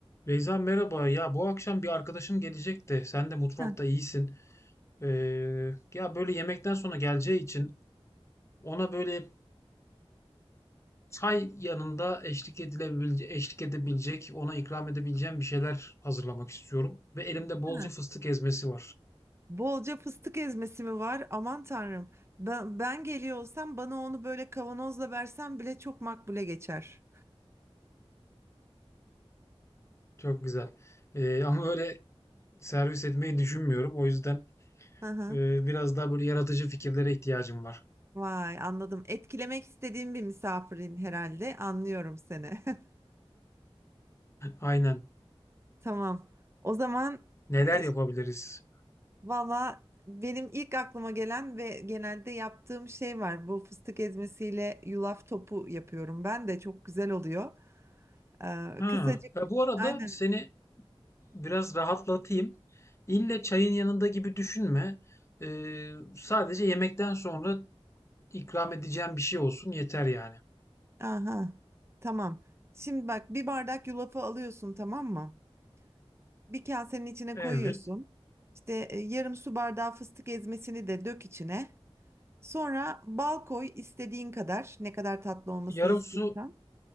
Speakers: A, on the left; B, on the right.
A: Beyza merhaba. Ya bu akşam bir arkadaşım gelecek de sen de mutfakta
B: Heh,
A: iyisin. Ee, ya böyle yemekten sonra geleceği için ona böyle çay yanında eşlik edilebilecek, eşlik edebilecek, ona ikram edebileceğim bir şeyler hazırlamak istiyorum. Ve elimde bolca
B: heh.
A: fıstık ezmesi var.
B: Bolca fıstık ezmesi mi var? Aman tanrım. Ben, ben geliyor olsam bana onu böyle kavanozla versen bile çok makbule geçer.
A: Çok güzel. Ee, <laughs> ama öyle servis etmeyi düşünmüyorum. O yüzden
B: Hı hı.
A: e, biraz daha böyle yaratıcı fikirlere ihtiyacım var.
B: Vay anladım. Etkilemek istediğim bir misafirin herhalde. Anlıyorum seni. <laughs>
A: Aynen.
B: Tamam. O zaman
A: Neler
B: e,
A: yapabiliriz?
B: valla benim ilk aklıma gelen ve genelde yaptığım şey var. Bu fıstık ezmesiyle yulaf topu yapıyorum. Ben de çok güzel oluyor. Ee,
A: Ha,
B: kısacık
A: e, bu arada
B: aynen.
A: seni biraz rahatlatayım. İlle çayın yanında gibi düşünme. Ee, sadece yemekten sonra ikram edeceğim bir şey olsun yeter yani.
B: Aha, tamam. Şimdi bak bir bardak yulafı alıyorsun tamam mı? Bir kasenin içine
A: Evet.
B: koyuyorsun. İşte e, yarım su bardağı fıstık ezmesini de dök içine. Sonra bal koy istediğin kadar. Ne kadar tatlı olmasını
A: Yarım
B: istiyorsan.
A: su